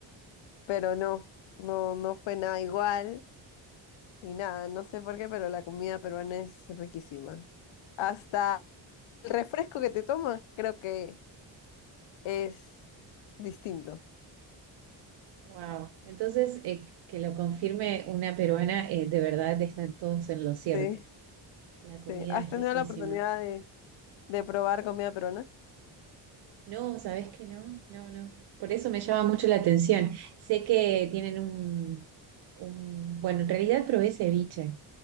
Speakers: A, on the left (about 75°); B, on the right (about 60°).
A: pero no, no, no fue nada igual. Y nada, no sé por qué, pero la comida peruana es riquísima. Hasta el refresco que te tomas creo que es distinto.
B: Wow. Entonces, eh, que lo confirme una peruana, eh, de verdad están todos en lo cierto.
A: Sí,
B: La
A: sí.
B: comida
A: ¿Has
B: es
A: tenido
B: riquísima.
A: la oportunidad de, de probar comida peruana?
B: No, ¿sabes que no? No, no. Por eso me llama mucho la atención. Sé que tienen un, un... Bueno, en realidad probé ceviche,